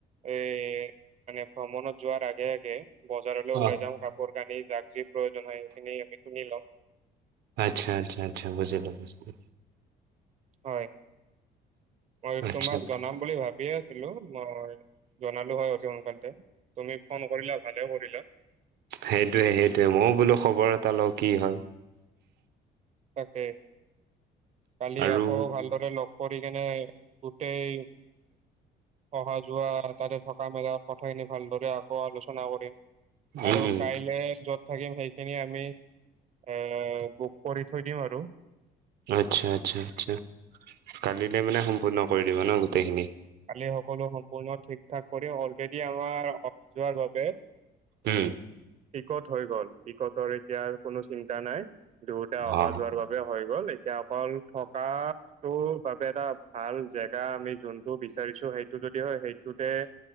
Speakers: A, on the right (about 40°); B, on the right (about 70°).
A: এই মানে ভ্ৰমণত যোৱাৰ আগে-আগে- বজাৰলৈ
B: অ
A: ওলাই যাওঁ, কাপোৰ কানি যাক যি প্ৰয়োজন হয়, সেইখিনি আমি কিনি লম।
B: আচ্ছা-আচ্ছা-আচ্ছা, বুজিলো-বুজিলো।
A: হয়, মই
B: আচ্ছা
A: তোমাক জনাম বুলি ভাবিয়ে আছিলো। মই- জনলো হয় অতি সোনকালে। তুমি ফোন কৰিলা, ভালে কৰিলা।
B: সেইটোৱে-সেইটোৱে। মইও বোলো খবৰ এটা লওঁ কি হয়?
A: তাকে, কালি
B: আৰু
A: আকৌ ভাল- তহঁতে লগ কৰি কেনে গোটেই- অহা -যোৱা তাতে থকা মেলাৰ কথাখিনি ভালদৰে আকৌ আলোচনা কৰিম।
B: উম
A: আৰু
B: উম
A: কাইলে য'ত থাকিম সেইখিনি আমি এ বুক- কৰি থৈ দিম আৰু।
B: আচ্ছা-আচ্ছা-আচ্ছা, কালিলৈ মানে সম্পূৰ্ণ কৰি দিবা ন গোটেইখিনি।
A: কালি সকলো সম্পূৰ্ণ ঠিক ঠাক কৰি অলৰেডি আমাৰ যোৱাৰ বাবে-
B: উম
A: টিকট হৈ গল, টিকটৰ এতিয়া আৰু কোনো চিন্তা নাই- দুয়োতে অহা-
B: অ
A: যোৱাৰ বাবে হৈ গ'ল। এতিয়া অকল থকাটো- বাবে এটা ভাল জেগা আমি যোনটো বিচাৰিছো সেইটো যদি হয়, সেইটোতে-